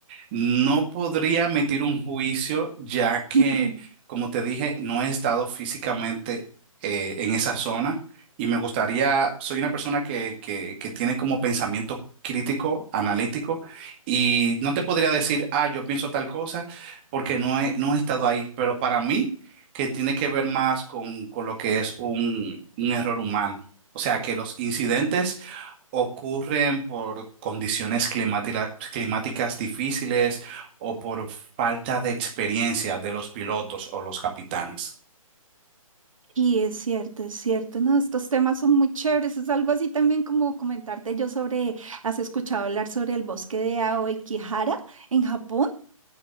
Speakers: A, on the right (about 15°); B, on the right (about 65°).
A: No podría emitir un juicio ya que,
B: <clears throat>
A: como te dije, no he estado físicamente eh, en esa zona y me gustaría, soy una persona que, que, que tiene como pensamiento crítico, analítico, y no te podría decir, ah, yo pienso tal cosa, porque no he, no he estado ahí, pero para mí, que tiene que ver más con, con lo que es un, un error humano. O sea, que los incidentes ocurren por condiciones climática- climáticas difíciles o por falta de experiencia de los pilotos o los capitanes.
B: Y es cierto, es cierto, no, estos temas son muy chéveres, es algo así también como comentarte yo sobre, ¿has escuchado hablar sobre el bosque de Aokigahara en Japón?